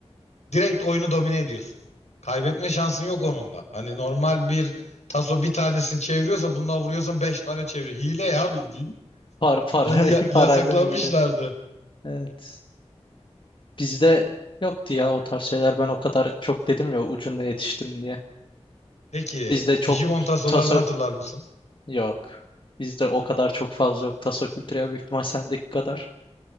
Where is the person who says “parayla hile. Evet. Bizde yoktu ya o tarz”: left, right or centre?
Left